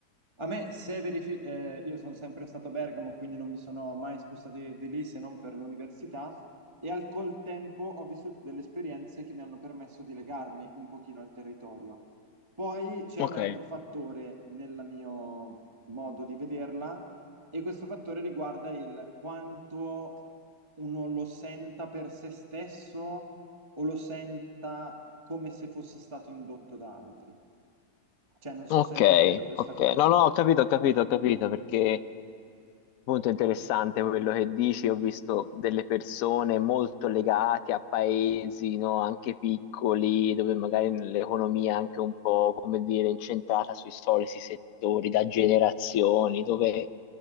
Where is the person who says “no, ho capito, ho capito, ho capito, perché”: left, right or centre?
Left